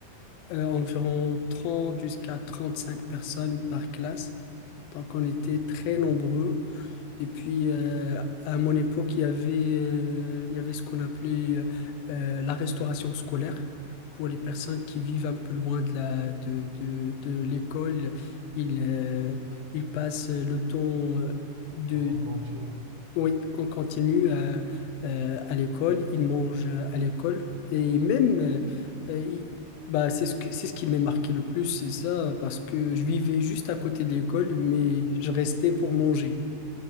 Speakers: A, on the left; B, on the right.
A: euh, environ 30 jusqu'à 35 personnes par classe. Donc, on était
B: Mm.
A: très nombreux. Et puis, euh, à mon époque, il y avait, euh, il y avait ce qu'on appelait euh, euh, la restauration scolaire. Pour les personnes qui vivent un peu loin de la, de, de, de l'école, ils, euh, ils passent le temps de...
B: Dans la cantine.
A: Oui, on continue à, euh, à l'école, ils mangent à l'école. Et même, euh, euh, ils- bah, c'est ce que, c'est ce qui m'a marqué le plus, c'est ça, parce que je vivais juste à côté de l'école, mais je restais pour manger.